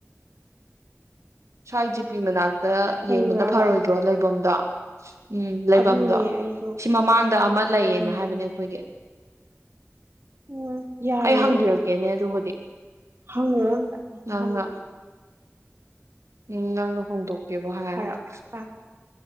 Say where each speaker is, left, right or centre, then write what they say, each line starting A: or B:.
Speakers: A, on the right; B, on the right.
A: ꯁ꯭ꯋꯥꯢ ꯖꯤ ꯄꯤ ꯃꯅꯥꯛ ꯗ
B: ꯂꯩꯔꯨꯔꯕ
A: ꯌꯦꯡꯕꯅ ꯐꯔꯣꯏꯗ꯭ꯔꯣ ꯂꯩꯕꯝꯗꯣ ꯎꯝ ꯂꯩꯕꯝꯗꯣ
B: ꯑꯗꯨꯅꯦ ꯑꯩꯁꯨ
A: ꯁꯤ ꯃꯃꯥꯡꯗ ꯑꯃ ꯂꯩꯌꯦꯅ
B: ꯎꯝ
A: ꯍꯥꯏꯕꯅꯦ ꯑꯩꯈꯣꯏꯒꯤ
B: ꯎꯝ ꯌꯥꯢꯌꯦ
A: ꯑꯩ ꯍꯪꯕꯤꯔꯛꯀꯦꯅꯦ ꯑꯗꯨꯕꯨꯗꯤ
B: ꯍꯡꯉꯣ ꯑꯝꯇ
A: ꯅꯪꯅ
B: ꯍꯡꯉꯣ
A: ꯎꯝ ꯅꯪꯅ ꯍꯣꯡꯗꯣꯛ ꯕꯨ ꯍꯥꯢꯔꯗꯤ
B: ꯐꯔꯛ ꯌꯥꯝ ꯇꯥꯏ